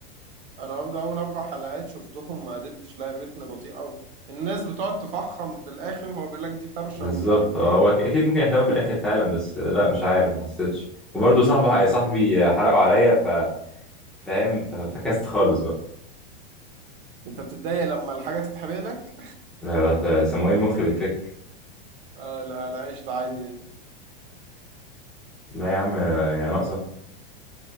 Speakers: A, on the right (about 60°); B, in the centre.
A: انا برضه اول اربع حلقات شفتهم ما قدرتش لاقي الريتم بطيء قوي الناس بتقعد تفخم في الاخر وهو بيقول لك دي فرشه
B: بالظبط
A: ومش عارف
B: آه،
A: ايه
B: هو أك- اكيد ممكن يحلو في الاخر فعلا بس آه، لا مش عارف ما حسيتش وبرضه صاحبي صاحبي آه، حرقوا عليا ف فاهم ف- فكست خالص بقى
A: انت بتتضايق لما الحاجه تتحرق لك
B: لا، لا، سموه المخ بيتفك
A: آه لا انا عشت عادي يعني
B: لا يا عم آه، يا ناقصه